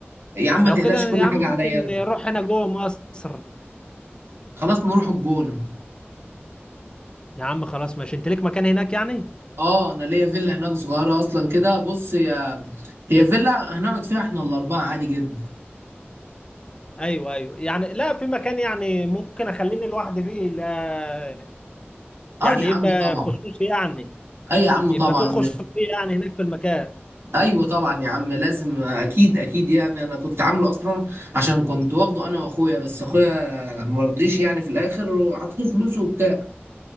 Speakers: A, on the right (about 75°); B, on the left (about 20°).
A: يا عم ما
B: لو
A: تقلقش
B: كده
A: كل
B: يا عم
A: حاجه
B: ممكن
A: عليا انا
B: نروح هنا جوه مصر
A: خلاص نروح الجونه
B: يا عم خلاص ماشي انت ليك مكان هناك يعني
A: اه انا ليا فيلا هناك صغيره اصلا كده بص هي هي فيلا هنقعد فيها احنا الاربعه عادي جدا
B: ايوه ايوه يعني لا في مكان يعني ممكن اخليني لوحدي فيه لا يعني
A: اه يا عم
B: يبقى
A: طبعا
B: خصوصي يعني
A: اي يا عم
B: يبقى
A: طبعا
B: في خصوصية يعني هناك في المكان
A: ايوه طبعا يا عم لازم اكيد اكيد يعني انا كنت عامله اصلا عشان كنت واخده انا واخويا بس اخويا مرضيش يعني في الاخر وحطيته فلوسه وبتاع